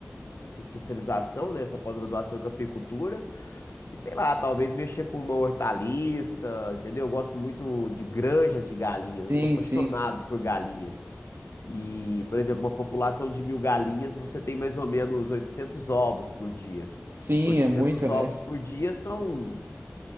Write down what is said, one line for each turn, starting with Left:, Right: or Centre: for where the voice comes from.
Left: essa especialização, né? Essa pós-graduação em cafeicultura. E sei lá, talvez mexer com uma hortaliça, entendeu? Eu gosto muito de granjas de galinhas. Eu
Right: Sim,
Left: sou apaixonado
Right: sim.
Left: por galinha. E, por exemplo, uma população de mil galinhas, você tem mais ou menos 800 ovos por dia.
Right: Sim,
Left: oitocentos
Right: é muito,
Left: ovos
Right: né?
Left: por dia são,